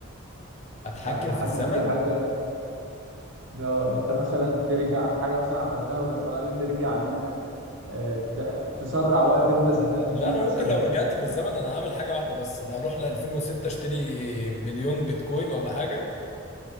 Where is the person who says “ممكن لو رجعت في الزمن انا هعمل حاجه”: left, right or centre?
Left